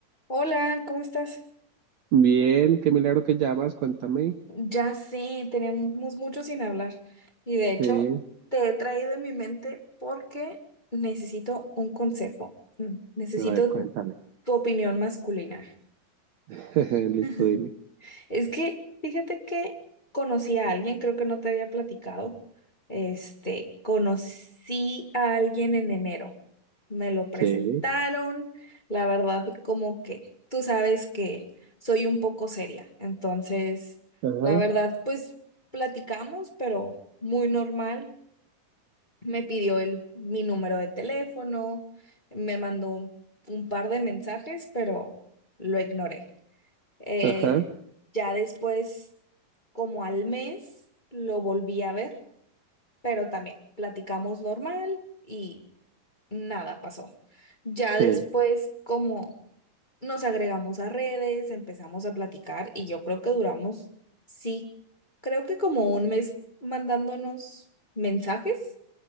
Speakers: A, on the left; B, on the right.
A: Hola, ¿cómo estás?
B: Bien, qué milagro que llamas, cuéntame.
A: Ya sé, tenemos mucho sin hablar y de hecho
B: Sí,
A: te he traído en mi mente porque necesito un consejo, Mm, necesito
B: a ver, cuéntame.
A: tu opinión masculina.
B: <laughs> Listo,
A: <laughs>
B: dime.
A: Es que fíjate que conocí a alguien, creo que no te había platicado. Este, conocí a alguien en enero. Me lo presentaron.
B: Sí,
A: La verdad, como que tú sabes que soy un poco seria. Entonces,
B: ajá,
A: la verdad, pues platicamos, pero muy normal. Me pidió el, mi número de teléfono, me mandó un par de mensajes, pero lo ignoré. Eh,
B: ajá,
A: ya después, como al mes, lo volví a ver, pero también platicamos normal y nada pasó. Ya después,
B: sí,
A: como nos agregamos a redes, empezamos a platicar y yo creo que duramos, sí, creo que como un mes mandándonos mensajes,